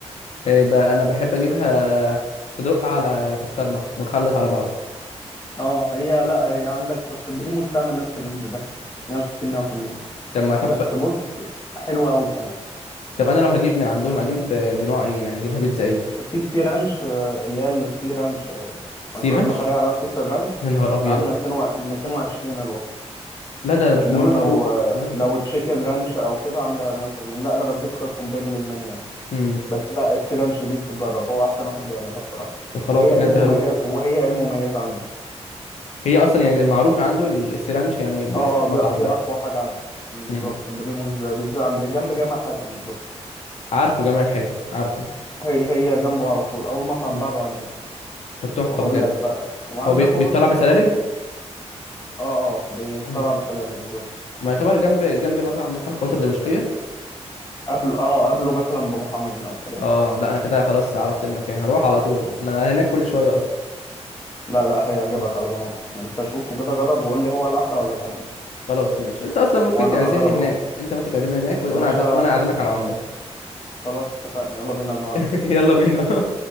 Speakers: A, on the left; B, on the left.
A: إيه بقى انا بحب اجيبها صدق على بسطرمه مخلط على بعض
B: اه هي لا هي عندك في بريموس تعمل نفس الرينج ده 160 180
A: طب ما تحفه
B: بس
A: قوي
B: بص حلوه قوي كمان
A: طب انا لو هجيب من عندهم اجيب آه، بنوع ايه يعني اجيبها بيتزا ايه
B: في سي رانش آه، اللي هي السي رانش آه،
A: سي
B: مأكولات
A: رانش
B: بحريه عليها صوص الرانش
A: يا نهار ابيض
B: عامله 200 و- 220 الوصف
A: لا ده ده مش
B: انما
A: مهم
B: لو
A: فلوس
B: آه،
A: مش مهم
B: لو تشيكن رانش او كده عامله 180 لا انا بديك كومبير للمنيو يعني
A: امم
B: بس لا السي رانش دي تتجرب هو احسن واحد بيعملها بصراحه
A: طب خلاص
B: وهي
A: بجد
B: ايه المميز
A: هروح
B: وهي ايه المميز عنده
A: هي اصلا يعني معروفه عنده ال- السي رانش يعني باسم
B: اه
A: المطعم
B: اه دي, دي
A: ده
B: اقوى حاجه عنده بالظبط
A: امم
B: بريموس بيتزا عند جنب جامع حاتم بالظبط
A: عارفه جميع الحيتان عارفه
B: هي هي جنبه على طول اول مطعم
A: امم
B: بعده على اليمين
A: طب تحفه
B: وهقول
A: بجد
B: لك بقى وعندك
A: هو بي-
B: بابا
A: بيطلع
B: جونز
A: بسلالم
B: طبعا اه اه بيطلع
A: امم
B: بسلالم بالظبط
A: ما يعتبر جنب جنب مطعم مثلا خواطر دمشقيه
B: قبل اه قبله مثلا بمطعمين او ثلاثه
A: اه لا انا كده خلاص عرفت المكان هروح على طول انا هناك كل شويه اصلا
B: لا لا هيعجبك على ضمانتي انت شوفه كده جرب وقول لي هو الاحلى ولا العمر
A: خلاص ماشي انت اصلا ممكن
B: وانا
A: تعزمني
B: هجرب
A: هناك
B: العمر
A: انت ممكن تعزمني هناك و-
B: يا
A: وانا
B: باشا
A: عز... وانا اعزمك على العمده
B: خلاص اتفقنا يلا بينا النهارده
A: <laughs> يلا بينا